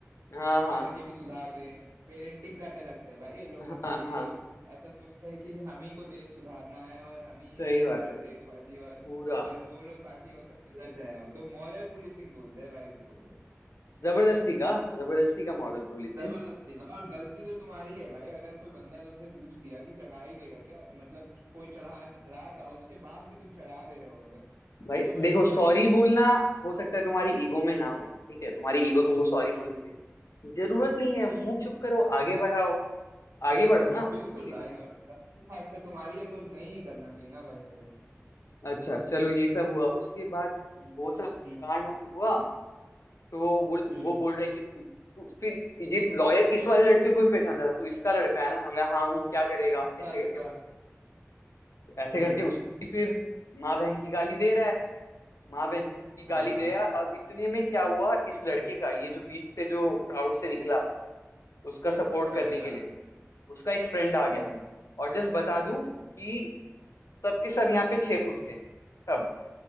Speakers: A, on the left; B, on the right.
A: हाँ
B: मार
A: हाँ
B: के भी सुधार दें पेरेंटिंग करने लगते हैं भाई ये लोग
A: हाँ
B: मतलब ये
A: हाँ
B: लोग ऐसा सोचते हैं कि हम ही को देश सुधारना है और हम ही हैं
A: सही बात
B: पूरे
A: है
B: देशवासी और
A: पूरा
B: जो जो लोग बाकी हैं वो सब गलत हैं तो मॉरल पुलिसिंग बोलते हैं भाई इसको तो
A: जबरदस्ती का जबरदस्ती का मॉरल पोलिसिंग
B: जबरदस्ती का और गलती तो तुम्हारी है भाई अगर कोई बंदा तुमसे पूछ दिया कि चढ़ाई देगा क्या तो मतलब कोई चढ़ा रहा था उसके बाद भी तुम चढ़ा दे रहे हो अगर
A: भाई
B: तो मतलब
A: देखो सॉरी
B: भाई
A: बोलना हो सकता है तुम्हारी ईगो में ना हो ठीक है तुम्हारी ईगो तुमको सॉरी
B: हम्म
A: बोलने देगा जरूरत नहीं है मुंह चुप करो आगे बढ़ाओ आगे बढ़ो ना
B: बिल्कुल
A: सीधे
B: भाई और गलती खासकर तुम्हारी है तो नहीं करना चाहिए ना भाई ऐसे
A: अच्छा चलो ये सब हुआ उसके बाद
B: हम्म
A: वो सब कांड
B: हम्म
A: वांड हुआ तो वो
B: हम्म
A: वो बोल रहा है कि तू, तू फिर ये लॉयर इस वाले लड़के को भी पहचानता था तो इसका लड़का है ना हमने हाँ हूँ क्या करेगा
B: अच्छा
A: ऐसे
B: अच्छा
A: करके ऐसे
B: हम्म
A: करके उसकी फिर माँ बहन की गाली दे रहा है माँ बहन की गाली
B: हाँ हाँ
A: दे रहा है अब इतने में क्या हुआ इस लड़के का ये जो बीच से जो क्राउड से निकला उसका सपोर्ट करने
B: अच्छा
A: के लिए उसका एक फ्रेंड आ गया
B: हम्म
A: और जस्ट बता दूं कि सबके सब यहाँ पे छह फुट के हैं, सब